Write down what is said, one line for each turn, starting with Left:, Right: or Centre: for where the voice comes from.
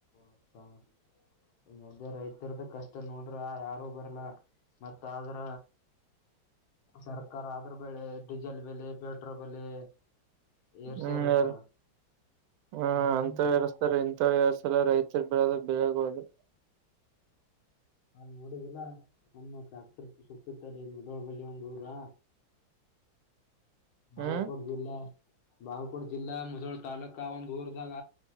Left: ಅಷ್ಟದೇ ರೈತರ್ದ ಕಷ್ಟ ನೋಡ್ರ ಯಾರು ಬರ್ಲ್ಲ ಮತ್ತ ಆದ್ರ ಸರ್ಕಾರ ಆದ್ರ ಬೆಳೆ ಡೀಸೆಲ್ ಬೆಲೆ ಪೆಟ್ರೋಲ್ ಬೆಲೆ ಏರ್ಸಿ
Right: ಹ್ಮ್
Left: ಏರಸ್ತಾರ
Right: ಯಾರ ಹ್ಮ
Left: ಹ್ಮ್
Right: ಅಂತ ಎಸ್ತಾರೆ ಎ ಇ ಎಡ್ ಸಲ ರೈತರು ಬಿಡದ ಬೆಳಗೋುದು
Left: ಅಲ್ ನೋಡಿದಿಲ್ಲ ಒಮ್ಮ ಸುತ್ತುತ್ತಲ್ಲಿ ಮುದಳಬಲ್ಲಿ ಒಂದಂದು್ ಊರ ನವು
Right: ಹ್ಮ್
Left: ಕೊಡ್್ದಿಲ್ಲ ಬಾಗಕೋಡ್ ಜಿಲ್ಲಾ ಮುಜೋಳ ತಾಾಲೂಕ ಒಂದ್ ಊರದಾಗ